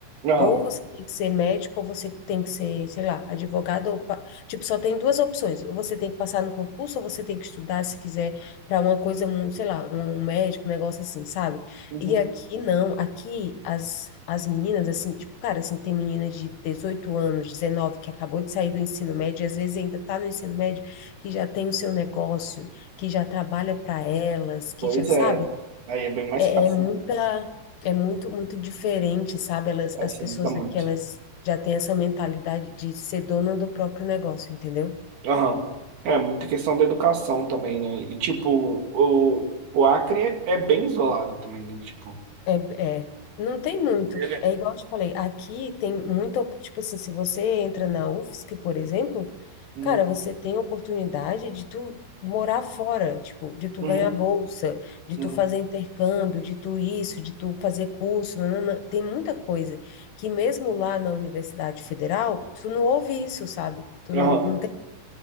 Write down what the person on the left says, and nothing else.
Ou você tem que ser médico, ou você tem que ser, sei lá, advogado. Ou pa- Tipo, só tem duas opções. Ou você tem que passar no concurso, ou você tem que estudar, se quiser, para uma coisa, um, sei lá, um médico, um negócio assim, sabe?
E aqui não. Aqui as, as meninas, assim, tipo, cara, assim, tem menina de 18 anos, 19 que acabou de sair do ensino médio, e às vezes ainda tá no ensino médio, que já tem o seu negócio, que já trabalha para elas, que
já sabe?
É,
é muita,
é muito, muito diferente, sabe? Elas,
as pessoas
aqui, elas já têm essa mentalidade de ser dona do próprio negócio, entendeu?
É, é. Não tem muito.
É igual eu te falei, aqui tem muita, op- tipo assim, se você entra na UFSC, por exemplo,
cara, você tem a oportunidade de tu morar fora, tipo, de tu
ganhar bolsa, de
tu fazer intercâmbio, de tu isso, de tu fazer curso, nanana. Tem muita coisa que mesmo lá na Universidade Federal, tu não ouve isso, sabe? Tu
não, não tem.